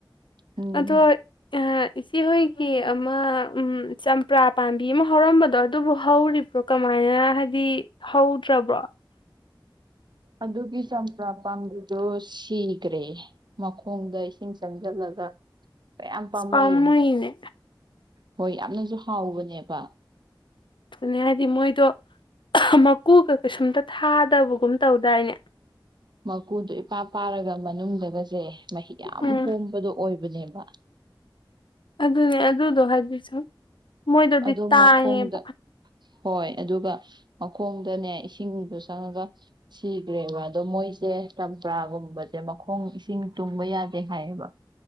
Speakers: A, on the right; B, on the left.
A: ꯎꯝ
B: ꯑꯗꯣ ꯑ ꯏꯆꯦꯍꯣꯏꯒꯤ ꯑꯃ ꯎ ꯆꯝꯄ꯭ꯔꯥ ꯄꯥꯝꯕꯤ ꯑꯃ ꯍꯧꯔꯝꯕꯗꯣ ꯑꯗꯨꯕꯨ ꯍꯧꯔꯤꯕ꯭ꯔꯣ ꯀꯃꯥꯏꯅ ꯍꯥꯏꯗꯤ ꯍꯧꯗ꯭ꯔꯕ꯭ꯔꯣ
A: ꯑꯗꯨꯒꯤ ꯆꯝꯄ꯭ꯔꯥ ꯄꯥꯝꯕꯤꯗꯣ ꯁꯤꯈ꯭ꯔꯦ ꯃꯈꯣꯡꯗ ꯏꯁꯤꯡ ꯆꯪꯁꯤꯜꯂꯒ ꯀꯌꯥꯝ ꯄꯥꯝꯃꯨꯏ
B: ꯄꯝꯃꯨꯣꯌꯅꯦ
A: ꯍꯣꯏ ꯌꯥꯝꯅꯁꯨ ꯍꯥꯎꯕꯅꯦꯕ
B: ꯅꯦ ꯍꯥꯏꯗꯤ ꯃꯣꯏꯗꯨꯣ ꯛ ꯀꯨꯀ ꯀꯩꯁꯨꯝꯇ ꯊꯥꯗꯕꯒꯨꯝ ꯇꯧꯗꯥꯏꯅꯦ
A: ꯃꯀꯨꯗꯨꯣ ꯏꯄꯥ ꯄꯥꯔꯒ ꯃꯅꯨꯡꯗꯒꯁꯦ ꯃꯍꯤ ꯌꯥꯝ
B: ꯎꯝ
A: ꯍꯣꯡꯕꯗꯣ ꯑꯣꯏꯕꯅꯦꯕ ꯋꯥ
B: ꯑꯗꯨꯅꯦ ꯑꯗꯨꯗꯣ ꯍꯥꯏꯗꯤ ꯁꯨꯝ ꯃꯣꯏꯗꯗꯤ
A: ꯑꯗꯣ
B: ꯇꯥꯏꯌꯦꯕ
A: ꯃꯈꯣꯡꯗ ꯍꯣꯏ ꯑꯗꯨꯒ ꯃꯈꯣꯡꯗꯅꯦ ꯏꯁꯤꯡꯗ ꯆꯪꯉꯒ ꯁꯤꯈ꯭ꯔꯦꯕ ꯑꯗꯣ ꯃꯣꯏꯁꯦ ꯆꯝꯄ꯭ꯔꯥꯒꯨꯝꯕꯁꯦ ꯃꯈꯣꯡ ꯏꯁꯤꯡ ꯇꯨꯡꯕ ꯌꯥꯗꯦ ꯍꯥꯏꯌꯦꯕ